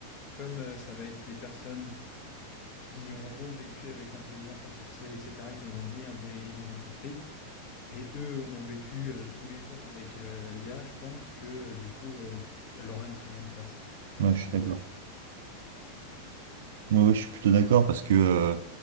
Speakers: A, on the left; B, on the right.
A: comme euh, ça va être les personnes qui auront vécu avec l'intelligence artificielle, etc., qui vont venir diriger les entreprises, et eux ont vécu euh, tous les jours avec euh, l'IA, je pense que euh, du coup, euh, elle, aura une très grande place. T'en
B: ouais,
A: penses
B: je suis
A: quoi?
B: d'accord. Ouais, ouais, je suis plutôt d'accord parce que, euh,